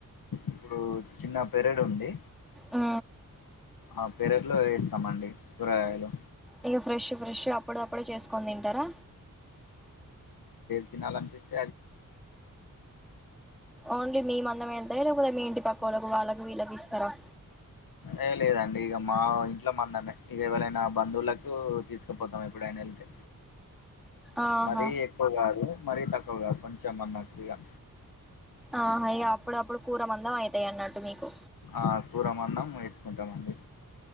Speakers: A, on the left; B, in the centre.
A: ఇప్పుడు చిన్న పెరెడు ఉంది.
B: ఆ
A: ఆ పెరట్లో వేస్తామండి కూరగాయలు
B: ఇగ ఫ్రెష్ ఫ్రెష్ గా అప్పుడు అప్పుడే చేసుకొని తింటారా?
A: తినాలనిపిస్
B: ఓన్లీ మీ మంద మేన్ టాయా లేకపోతే మీ ఇంటి పక్కోళ్లకు వాళ్లకు వీళ్ళకి ఇస్తారా?
A: ఏ లేదండి ఇగ మా ఇట్ల మందమే ఇగ ఎవలైనా బంధువులకు తీసుకుపోతాం ఎప్పుడైనా వెళ్తే
B: ఆహా
A: మరీ ఎక్కువ గాదు మరీ తక్కువ గాదు కొంచెం అన్నట్టిగా
B: ఆహ ఇగ అప్పుడప్పుడు కూర మందం అయితాయి అన్నట్టు మీకు
A: ఆ కూర మందం వేసుకుంటామండి.